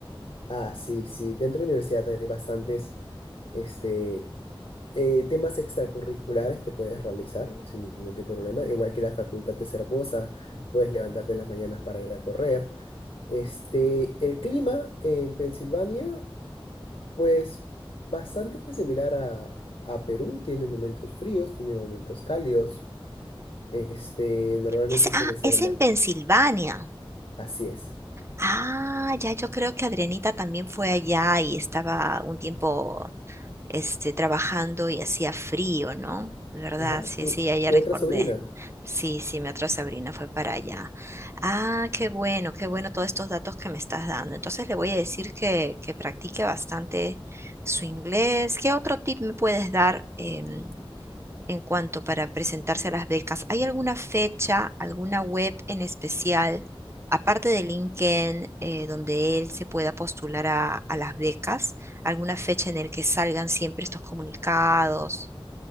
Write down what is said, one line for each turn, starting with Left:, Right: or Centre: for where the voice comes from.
Left: Ah, sí, sí. Dentro de la universidad hay bastantes, este, eh, temas extracurriculares que puedes realizar sin ningún tipo de problema, igual que la facultad es hermosa, puedes levantarte en las mañanas para ir a correr. Este, el clima en Pensilvania, pues bastante similar a, a Perú, tiene momentos fríos, tiene momentos cálidos, este, normalmente
Right: Es-
Left: suele
Right: ah,
Left: ser
Right: es
Left: más,
Right: en Pensilvania.
Left: así es.
Right: Ah, ya yo creo que Adrianita también fue allá y estaba un tiempo este, trabajando y hacía frío, ¿no? ¿Verdad?
Left: Ajá,
Right: Sí,
Left: tu,
Right: sí, ya, ya
Left: tu
Right: recordé.
Left: otra sobrina.
Right: Sí, sí, mi otra sobrina fue para allá. Ah, qué bueno, qué bueno todos estos datos que me estás dando. Entonces le voy a decir que, que practique bastante su inglés. ¿Qué otro tip me puedes dar? em, en cuanto para presentarse a las becas? ¿Hay alguna fecha, alguna web en especial, aparte de LinkedIn, eh, donde él se pueda postular a, a las becas? ¿Alguna fecha en el que salgan siempre estos comunicados?